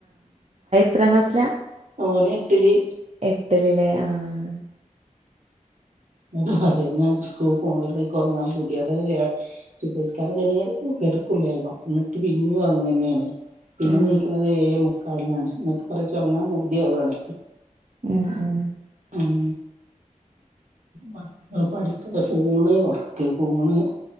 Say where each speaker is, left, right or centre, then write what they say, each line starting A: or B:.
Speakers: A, on the right (about 50°); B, on the right (about 65°).
A: ത്രാം ക്ലാസിലാ
B: ഓന് എട്ടില്
A: എട്ടില് ല്ലേ ആഹ്
B: അതുപോലെ ഞാൻ സ്കൂൾ പോണില്ല ഇക്ക് ഉറങ്ങാൻ പൂതിയാത് ഏ സുബ്ഹ്സ്കാരം കയ്ഞ്ഞു കിടക്കും വേഗം ന്നിട്ട് പിന്നിം ഒർങ്ങന്നെണ് പിന്നെ
A: ഉം
B: ണീക്ന്നത് ഏഴേ മുക്കാലിനാണ് ന്നട്ട് പറയാ ച് ഉറങ്ങാൻ പൂതിയാവാണ്
A: ഉം ഉം
B: ഉം മക്കൾ പഠിക്കുന്നെ ഫോണെ ഉറക്കെ ഫോണ്